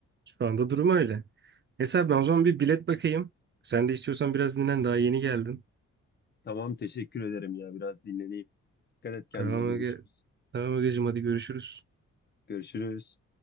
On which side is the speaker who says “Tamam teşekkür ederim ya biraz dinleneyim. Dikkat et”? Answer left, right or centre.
Left